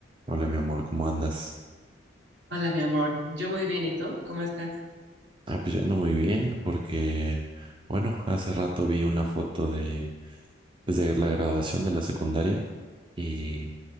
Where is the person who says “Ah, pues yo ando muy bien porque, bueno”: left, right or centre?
Right